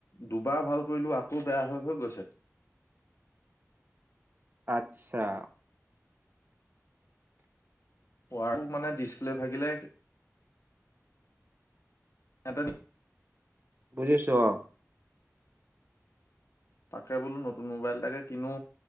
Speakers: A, on the left; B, on the right.
A: দুবাৰ ভাল কৰিলো আকৌ বেয়া হৈ-হৈ গৈছে।
B: আচ্ছা।
A: ৱাটো মানে ডিচপ্লে ভাগিলে। ইয়াতে <unintelligible>
B: বুজিছো অ।
A: তাকে বোলো নতুন মোবাইল তাকে কিনো।